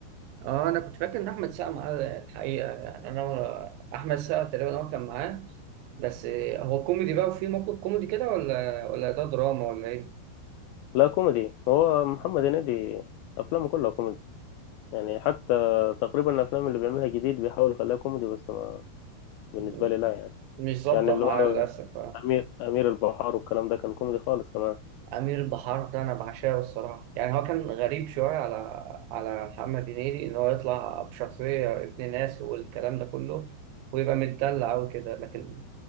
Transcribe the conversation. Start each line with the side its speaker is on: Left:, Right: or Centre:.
Right: اه انا كنت فاكر ان احمد سقا معاه الحقيقة يعني انا ولا- احمد سقا تقريبا هو كان معاه بس هو كوميدي بقى وفي موقف كوميدي كده ولا ولا ده دراما ولا
Left: لا كوميدي هو محمد هنيدي افلامه كلها كوميدي يعني حتى تقريبا الافلام اللي بيعملها جديد بيحاول يخليها كوميدي بس ما بالنسبة
Right: ايه؟
Left: لي لا يعني
Right: مش ظابطة
Left: يعني اللي
Right: معاه
Left: هو
Right: للأسف آه.
Left: امير امير البحار والكلام ده كان كوميدي خالص كمان
Right: أمير البحار ده أنا بعشقه الصراحة يعني هو كان غريب شوية على على محمد هنيدي إن هو يطلع بشخصية ابن ناس والكلام ده كله ويبقى متدلع وكده لكن